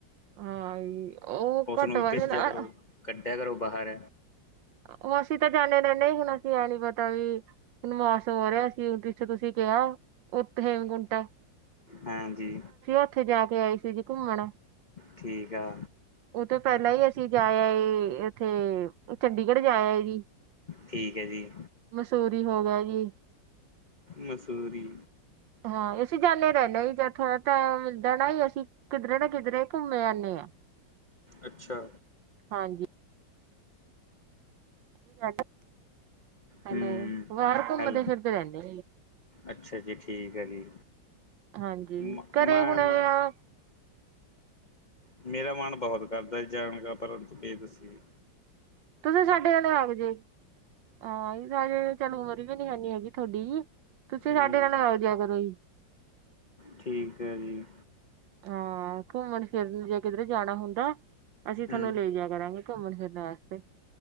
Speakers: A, on the right; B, on the left.
A: ਹਾਂ ਜੀ, ਉਹ
B: ਉਸਨੂੰ
A: ਘੱਟ
B: ਵੀ
A: ਵਜਨ
B: ਭੇਜਿਆ
A: ਅ-
B: ਕਰੋ, ਕੱਢਿਆ ਕਰੋ ਬਾਹਰ
A: ਉਹ ਅਸੀਂ ਤਾਂ ਜਾਂਦੇ ਰਹਿੰਦੇ ਹੀ ਸੀ ਅਸੀਂ ਐਂ ਨੀ ਪਤਾ ਵੀ ਹਨਮਾਸ ਹੋ ਰਿਹਾ ਸੀ ਜਿੱਥੇ ਤੁਸੀਂ ਕਿਹਾ ਉੱਥ ਹੇਮਕੁੰਟ ਹ
B: ਹਾਂਜੀ
A: ਉੱਥੇ ਜਾ ਕੇ ਆਈ ਸੀ ਜੀ ਘੁੰਮਣ
B: ਠੀਕ ਆ
A: ਉਹ ਤੋਂ ਪਹਿਲਾਂ ਹੀ ਅਸੀਂ ਜਾਇਆ ਉੱਥੇ ਚੰਡੀਗੜ੍ਹ ਜਾ ਆਏ ਸੀ।
B: ਠੀਕ ਹੈ ਜੀ
A: ਮਸੂਰੀ ਹੋ ਗਿਆ ਜੀ
B: ਮੰਸੂਰੀ
A: ਹਾਂ ਅਸੀਂ ਜਾਂਦੇ ਰਹਿੰਦੇ ਹ ਹੀ ਜਾਂ ਥੋੜ੍ਹਾ ਤਾਂ ਟਾਈਮ ਮਿਲਦਾ ਹੀ ਅਸੀਂ ਕਿੱਧਰੇ ਨਾ ਕਿੱਧਰੇ ਘੁੰਮੇ ਆਉਂਦੇ ਆ
B: ਅੱਛਾ
A: ਹਾਂਜੀ ਕੀ ਲਡ <unintelligible> ਹੈਲੋ
B: ਹੂੰ
A: ਬਾਹਰ ਘੁੰਮਦੇ
B: ਹੈਲੋ
A: ਫਿਰਦੇ ਰਹਿੰਦੇ
B: ਅੱਛਾ ਜੀ ਠੀਕ ਹੈ ਜੀ
A: ਹਾਂਜੀ,
B: ਮ-
A: ਘਰੇ
B: ਮੈਂ
A: ਹੁਣੇ
B: ਮ-
A: ਆ
B: ਮੇਰਾ ਮਨ ਬਹੁਤ ਕਰਦਾ ਜਾਣਗਾ ਪਰ ਬੇ ਦਸੀ
A: ਤੁਸੀਂ ਸਾਡੇ ਕਣੇ ਆਗ ਜੇ ਆ ਤਾਂਜੇ ਚਲ ਉਮਰ ਵੀ ਨੀ ਹੈਨੀ ਹੈਗੀ ਤੁਹਾਡੀ ਤੁਸੀਂ
B: ਹੂੰ
A: ਸਾਡੇ ਨਾਲ ਮਓ ਜਿਆ ਕਰੋ ਹੀ
B: ਠੀਕ ਹੈ ਜੀ,
A: ਹਾਂ ਘੁੰਮਣ ਫਿਰਨ ਜੇ ਕਿਧਰ ਜਾਣਾ ਹੁੰਦਾ ਅਸੀਂ
B: ਹੂੰ
A: ਤੁਹਾਨੂੰ ਲੈ ਜਾ। ਕਰਾਂਗੇ, ਘੁੰਮਣ ਫਿਰਨ ਵਾਸਤੇ